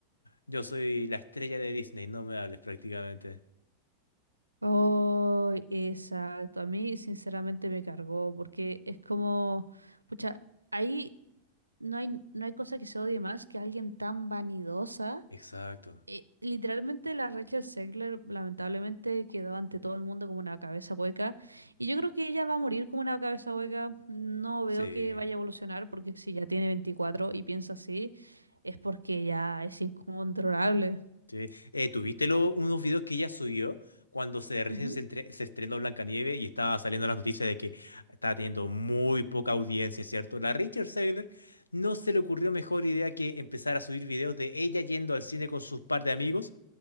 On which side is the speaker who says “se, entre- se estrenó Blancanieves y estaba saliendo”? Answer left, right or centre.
Left